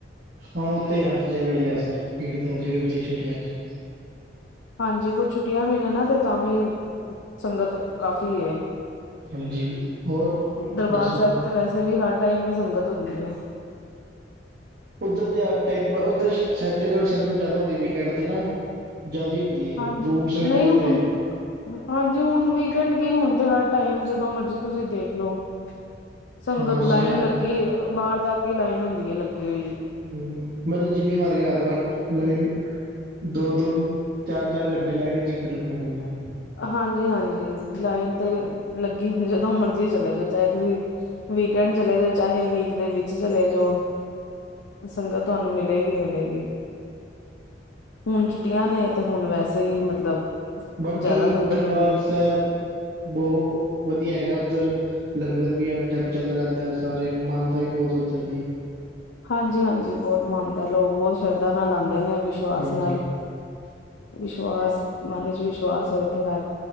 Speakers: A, on the right; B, on the left.
A: ਹਾਂ ਉਥੇ ਹਰ ਜਗ੍ਹਾ ਹੀ ਹੈ ਸਭ ਭੀੜ ਤੇ ਹਰ ਜਗ੍ਹਾ ਹੁੰਦੀ ਛੁੱਟੀਆਂ 'ਚ।
B: ਹਾਂਜੀ ਕੁਝ ਛੁੱਟੀਆਂ ਵੀ ਨੇ ਨਾ ਤੇ ਤਾਂ ਵੀ, ਸੰਗਤ ਕਾਫ਼ੀ ਏ।
A: ਹਾਂਜੀ, ਹੋਰ,
B: ਦਰਬਾਰ
A: ਦੱਸੋ।
B: ਸਾਹਿਬ ਤੇ ਵੈਸੇ ਵੀ ਹਰ ਟਾਈਮ ਹੀ ਸੰਗਤ ਹੁੰਦੀ ਐ।
A: ਉੱਧਰ ਤੇ ਹਰ ਟਾਈਮ ਉਧਰ ਸੈਚਡੇ ਔਰ ਸੰਡੇ ਨੂੰ ਜਿਆਦਾ ਹੁੰਦਾ ਵੀਕਐਂਡ ਤੇ ਨਾ, ਜ਼ਿਆਦਾ ਹੀ ਹੁੰਦੀ ਏ।
B: ਹਾਂਜੀ
A: ਰੂਮਸ ਵੀ ਨਹੀਂ ਮਿਲਦੇ।
B: ਹੁਣ ਹਾਂਜੀ ਹੁਣ ਵੀਕਐਂਡ ਕੀ ਹੁਣ ਤੇ ਹਰ ਟਾਈਮ ਜਦੋਂ ਮਰਜੀ ਤੁਸੀਂ ਦੇਖ ਲੋ। ਸੰਗਤ
A: ਹਾਂ
B: ਲਾਈਨ
A: ਸਟੈਪ
B: ਲੱਗੀ ਬਾਹਰ ਤੱਕ ਹੀ ਲਾਈਨ ਹੁੰਦੀ ਹੈ ਲੱਗੀ ਹੋਈ।
A: ਹੂੰ ਮੈਂ ਤੂੰ ਜਿੰਨੀ ਵਾਰ ਗਿਆ ਹਰ ਵਾਰ, ਲਾਈਨ ਦੋ-ਦੋ, ਚਾਰ-ਚਾਰ ਘੰਟੇ ਲੱਗ ਲਾਈਨ 'ਚ ਹੀ ਖੜਨਾ ਪੈਂਦਾ।
B: ਹਾਂਜੀ-ਹਾਂਜੀ ਲਾਈਨ ਤੇ ਲੱਗੀ ਹੁੰਦੀ ਜਦੋਂ ਮਰਜੀ ਚਲੇ ਜਾਓ ਚਾਹੇ ਤੁਸੀਂ ਵੀਕਐਂਡ ਚਲੇ ਜੋ, ਚਾਹੇ ਵੀਕ ਦੇ ਵਿੱਚ ਚਲੇ ਜਾਓ। ਸੰਗਤ ਤੁਹਾਨੂੰ ਮਿਲੇਗੀ ਹੀ ਮਿਲੇਗੀ ਹੁਣ ਛੁੱਟੀਆਂ ਨੇ, ਤੇ ਹੁਣ ਵੈਸੇ ਹੀ ਮਤਲਬ
A: ਬਾਕੀ
B: ਜ਼ਿਆਦਾ ਸੰਗਤ
A: ਦਰਬਾਰ
B: ਹੁੰਦੀ ਹੈ
A: ਸਾਹਿਬ, ਬਹੁਤ ਵਧੀਆ ਹੈਗਾ ਉੱਧਰ ਲੰਗਰ ਵੀ ਹੱਰ ਟਾਈਮ ਚੱਲਦਾ ਰਹਿੰਦਾ ਹੈ, ਸਾਰੇ ਮਾਨਤਾ ਵੀ ਬਹੁਤ ਹੈ ਉੱਧਰ ਦੀ
B: ਹਾਂਜੀ ਹਾਂਜੀ ਬਹੁਤ ਮਨਦਾ ਲੋਕ, ਬਹੁਤ ਸ਼ਰਧਾ ਨਾਲ ਆਉਂਦੇ ਨੇ, ਵਿਸ਼ਵਾਸ
A: ਹਾਂਜੀ
B: ਨਾਲ ਵਿਸ਼ਵਾਸ, ਮਨ ਚ ਵਿਸ਼ਵਾਸ ਹੋਏ, ਤੇ ਹਰ